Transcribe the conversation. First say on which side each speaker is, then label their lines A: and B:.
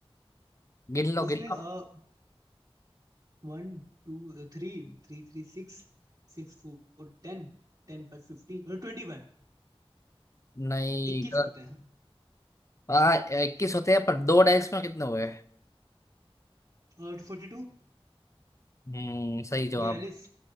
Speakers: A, on the left (about 30°); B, on the right (about 40°).
A: गिन लो
B: उसमें
A: गिन लो
B: अ वन टू थ्री three three six सिक्स four टेन ten five fifteen twenty one
A: नहीं
B: इक्कीस
A: गलत।
B: होते हैं
A: हाँ इक्कीस होते हैं पर दो डाइस में कितने हुए
B: और फोर्टी टू
A: हम्म सही जवाब
B: बयालीस